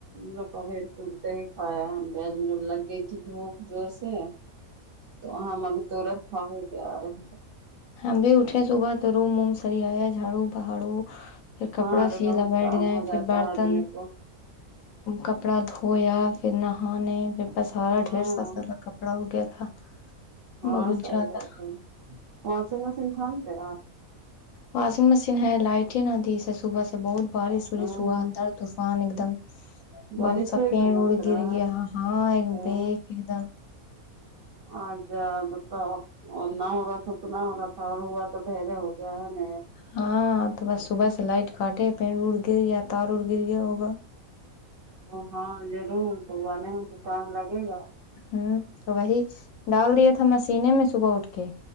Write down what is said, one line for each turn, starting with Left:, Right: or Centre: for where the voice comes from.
Right: لوگ بھی توڑ تو ہ مطلب لگ گئی تھی بھوک زور سے تو ہم ابھی تورنت <unintelligible>
Left: ہاں بھی اٹے صبح تو رو موم سر آیا جھاڑو پہاڑو پھر کپڑا
Right: ہاں ارے
Left: سلا
Right: بہت
Left: بیٹھ
Right: کام
Left: گئے
Right: ہو جاتا
Left: پھر برتن
Right: ہے آدمی کو
Left: کپڑا دھویا پھر نہانے پ سارا
Right: ہاں
Left: ڈھیڑر سو سالا کپڑا ہو گیا تھا
Right: ہاں
Left: بہت
Right: صحیح
Left: زیادہ
Right: بات پہنچ بس انسان سے
Left: واشنگ مشین ہے لائٹ ہی نہ دیھی اسے صبح سے بہت بارش وورش
Right: او
Left: ہوا
Right: ہو
Left: اندر طوفان ایک دم
Right: بارش
Left: بہت سا
Right: ہوئی
Left: پینین
Right: کا مترا
Left: اڑ گر گیا ہاں ایک
Right: او
Left: بیک ایک دم
Right: آچ جا بتاؤ انا ہو رہا تھا اتنا ہو رہا تھا اور ہوا تو ڈھیرے ہو گیا ہے ن
Left: ہاں تو بس صبح سے لائٹ کاٹے پھر اڑ گر یا تار اڑ گر گیا ہوگا
Right: ا ہاں ضرور تو گنے ہ تو ٹائم لگے گا
Left: ہوں تو وہی ڈال دیا تھا م سنے میں صبح اٹھ کے